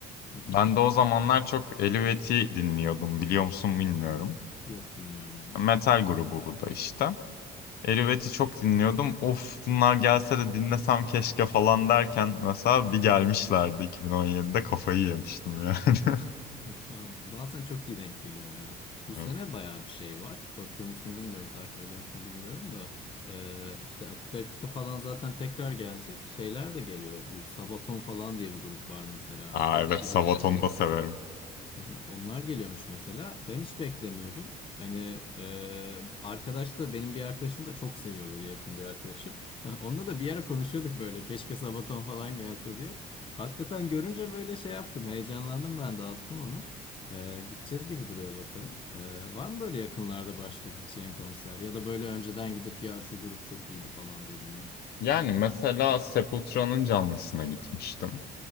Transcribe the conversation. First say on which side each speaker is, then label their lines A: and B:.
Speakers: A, on the left; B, on the left.
A: hı.
B: Ben de o zamanlar çok Elüvet'i dinliyordum. Biliyor musun bilmiyorum.
A: Yok bilmiyorum onu.
B: Metal grubu bu da işte. Elüvet'i çok dinliyordum. Of bunlar gelse de dinlesem keşke falan derken mesela bir gelmişlerdi 2017'de kafayı yemiştim yani. <laughs>
A: Ya, bazen çok iyi denk geliyor ya. Bu
B: Evet.
A: sene bayağı bir şey var. Bakıyor musun bilmiyorum takip ediyor musun bilmiyorum da. Ee, işte Apokaliptika falan zaten tekrar gelecek. Şeyler de geliyor. Bu Sabaton falan diye bir grup var mesela.
B: Aa
A: Belki
B: evet
A: biliyorsundur.
B: Sabaton'u da severim.
A: Hı hı, Onlar geliyormuş mesela. Ben hiç beklemiyordum. Hani e, arkadaş da benim bir arkadaşım da çok seviyor böyle yakın bir arkadaşım. <laughs> Onunla da bir ara konuşuyorduk böyle keşke Sabaton falan gelse diyor. Hakikaten görünce böyle şey yaptım heyecanlandım ben de attım onu. E, gideceğiz gibi duruyor bakalım. E, var mı böyle yakınlarda başka gideceğin konser ya da böyle önceden gidip ya şu grup çok iyiydi falan dediğin?
B: Yani mesela Sepultura'nın canlısına gitmiştim.